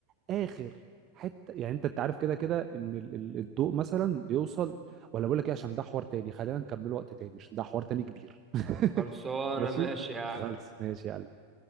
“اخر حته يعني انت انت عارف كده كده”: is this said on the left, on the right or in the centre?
Right